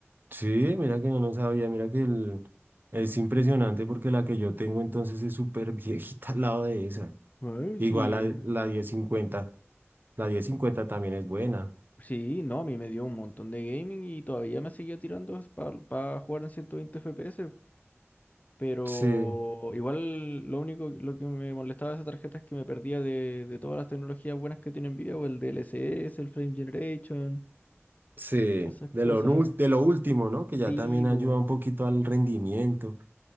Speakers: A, on the right (about 45°); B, on the left (about 35°).
A: Sí, mira que yo no lo sabía, mira que el, es impresionante porque la que yo tengo entonces es súper <laughs> viejita al lado de esa.
B: Ay,
A: Igual
B: sí.
A: la, la diez cincuenta la diez cincuenta también es buena.
B: Sí, no, a mí me dio un montón de gaming y todavía me seguía tirando para jugar en 120 FPS. Pero
A: Sí,
B: igual lo único lo que me molestaba de esa tarjeta es que me perdía de, de todas las tecnologías buenas que tiene Nvidia, o el DLSS, el Frame Generation,
A: sí,
B: todas esas
A: de
B: cosas.
A: lo, nu- de lo último, ¿no? Que ya
B: Sí,
A: también
B: po,
A: ayuda un poquito al rendimiento.